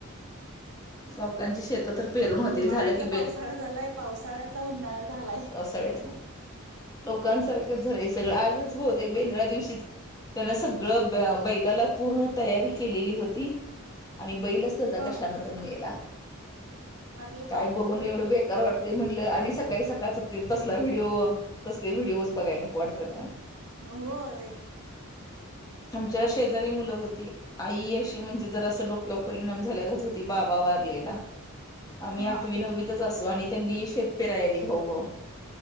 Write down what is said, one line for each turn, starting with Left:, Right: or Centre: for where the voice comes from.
Left: लोकांची शेत तर पेरून होतील
Right: उन्हाळ्याचा
Left: झालं की
Right: पावसाळा झालाय पावसाळ्याचा उन्हाळा झालाय.
Left: पावसाळ्याचा उन्हाळा, लोकांसारखंच झालंय सगळं आजच बहुतेक बेंद्रा दिवशीच त्यानं सगळं ब अ बैलाला पूर्ण तयारी केलेली होती. आणि बैलच त्याचा
Right: हा.
Left: कशानं तर मेला.
Right: अरे
Left: काय
Right: बापरे!
Left: बघून एवढं बेकार वाटतंय म्हणलं आणि सकाळी सक काळचं ते तसला व्हिडिओ, तसले व्हिडिओच बघाय नको वाटतेत मग.
Right: होय.
Left: आमच्या शेजारी मुलं होती, आई अशी म्हणजे जरा अस त डोक्यावर परिणाम झाल्यागत होती, बाबा वारलेला, आम्ही
Right: हा.
Left: आठवी नववीतच असू आणि त्यांनी शेत पेराय आली भाऊ भाऊ